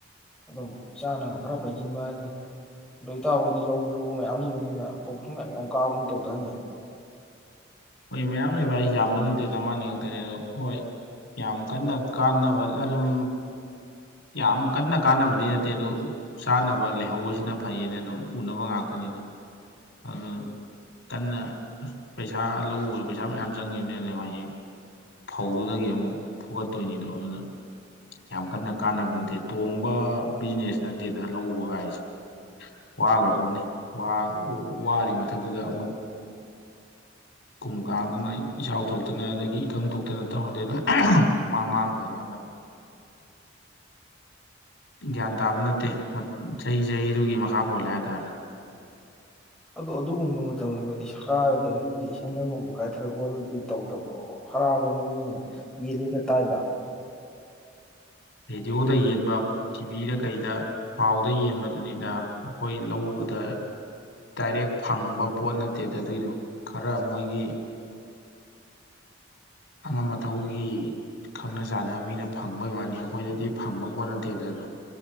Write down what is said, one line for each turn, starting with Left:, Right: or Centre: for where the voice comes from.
Centre: ꯑꯗꯨꯝ ꯆꯥꯅꯉꯥꯏ ꯈꯔ ꯄꯩꯁꯤꯟꯕ ꯍꯥꯏꯗꯨꯅꯦ ꯑꯗꯣ ꯏꯇꯥꯎ ꯍꯣꯏꯒꯤꯗꯤ ꯂꯧꯁꯨ ꯃꯌꯥꯝ ꯂꯩꯕꯅꯤꯅ ꯐꯧꯁꯨ ꯃꯌꯥꯝ ꯃꯌꯥꯝ ꯀꯥꯒꯨꯝ ꯇꯧꯗꯥꯏꯅꯦ
Left: ꯈꯣꯏꯒꯤ ꯃꯌꯥꯝ ꯂꯩꯕ ꯍꯥꯏꯖꯦ ꯌꯥꯝꯕ ꯅꯠꯇꯦꯗ ꯑꯃꯅꯤ ꯈꯛꯇꯅꯤ ꯑꯗꯣ ꯍꯣꯏ ꯌꯥꯝ ꯀꯟꯅ ꯀꯥꯟꯅꯕ ꯑꯗꯨꯝ ꯌꯥꯝ ꯀꯟꯅ ꯀꯥꯟꯅꯕꯗꯤ ꯅꯠꯇꯦ ꯑꯗꯣ ꯆꯥꯅꯕ ꯂꯩꯍꯧꯕꯁꯤꯅ ꯐꯩꯅ ꯑꯗꯨꯝ ꯎꯅꯕ ꯉꯥꯛꯇꯅꯤꯗ ꯑꯗꯨꯗꯨꯝ ꯀꯟꯅ ꯄꯩꯁꯥ ꯂꯧ ꯎꯕꯗ ꯄꯩꯁꯥ ꯃꯌꯥꯝ ꯆꯪꯒꯤꯝꯅꯦ ꯑꯗꯨꯅ ꯍꯌꯦꯡ ꯐꯧꯗꯨꯗꯒꯤ ꯑꯃꯨꯛ ꯐꯨꯒꯠꯇꯨꯏꯅꯤꯗꯣ ꯑꯗꯨꯅ ꯌꯥꯝ ꯀꯟꯅ ꯀꯥꯟꯅꯕ ꯅꯠꯇꯦ ꯇꯣꯡꯕ ꯕꯤꯖꯤꯅꯦꯁ ꯅꯠꯇꯦꯗ ꯂꯧ ꯎꯕ ꯀꯥꯏꯁꯦ ꯋꯥꯒ꯭ꯔ ꯄꯣꯠꯅꯤ ꯋꯥ ꯋꯥꯔꯤ ꯃꯊꯛ ꯇꯨꯗ ꯑꯃꯨꯛ ꯀꯨꯝ ꯀꯥꯡꯗꯅ ꯏꯆꯥꯎ ꯊꯣꯛꯇꯅ ꯑꯗꯒꯤ ꯏꯀꯪ ꯊꯣꯛꯇꯅ ꯇꯧꯔꯗꯤ ꯑꯗꯨꯝ ꯄꯨꯡꯃꯥꯡ ꯃꯥꯡꯗꯨꯏꯅꯦ ꯑꯗꯨꯅ ꯒ꯭ꯌꯥꯟ ꯇꯥꯕ ꯅꯠꯇꯦ ꯆꯍꯤ ꯆꯍꯤꯗꯨꯒꯤ ꯃꯈꯥ ꯄꯣꯜꯂꯦ ꯍꯥꯏꯇꯥꯔꯦ
Centre: ꯑꯗꯣ ꯑꯗꯨꯒꯨꯝꯕ ꯃꯇꯝꯗꯨꯗꯗꯤ ꯁꯔꯀꯥꯔꯗꯒꯤ ꯁꯦꯟꯗꯪꯒꯨꯝꯕ ꯀꯥꯏꯊꯔꯛꯄꯗꯨꯗꯤ ꯇꯧꯗꯕ꯭ꯔꯣ ꯍꯥꯔ ꯒꯨꯝꯕ ꯌꯦꯜꯂꯦꯗ ꯇꯥꯏꯗ
Left: ꯔꯦꯗꯤꯑꯣꯗ ꯌꯦꯟꯕ ꯇꯤ ꯚꯤ ꯗ ꯀꯩꯗ ꯄꯥꯎꯗ ꯌꯦꯟꯕꯗꯨꯅꯤꯗ ꯑꯈꯣꯏ ꯂꯧ ꯎꯕꯗ ꯗꯤꯔꯦꯛ ꯐꯪꯕ ꯄꯣꯠ ꯅꯠꯇꯦꯗ ꯑꯗꯨꯏꯗꯨ ꯈꯔ ꯃꯣꯏꯒꯤ ꯑꯉꯝ ꯑꯊꯧꯒꯤ ꯈꯪꯅ ꯆꯥꯟꯅꯕ ꯃꯤꯅ ꯐꯪꯕꯩ ꯋꯥꯅꯦ ꯑꯈꯣꯏꯗꯗꯤ ꯐꯪꯕ ꯄꯣꯠ ꯅꯠꯇꯦꯗ ꯑꯗꯣ